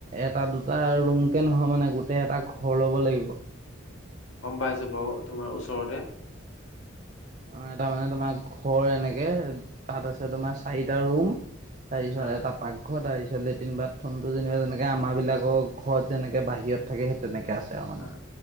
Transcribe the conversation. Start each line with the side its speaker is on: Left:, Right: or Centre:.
Right: এটা দুটা ৰুম কে নহয় মানে গোটেই এটা ঘৰ ল'ব লাগিব।
Left: গম পাইছো বাৰু তোমাৰ ওচৰতে।
Right: অ', এটা মানে তোমাৰ ঘৰ এনেকে তাত আছে তোমাৰ চাৰিটা ৰুম তাৰ পিছত
Left: হা
Right: এটা পাকঘৰ এটা লেট্ৰিন বাট প্ৰথমটো যেনিবা যেনেকৈ আমাৰাবিলাকৰ ঘৰত যেনেকৈ বাহিৰত থাকে সেই তেনেকৈ আছে মানে,
Left: অ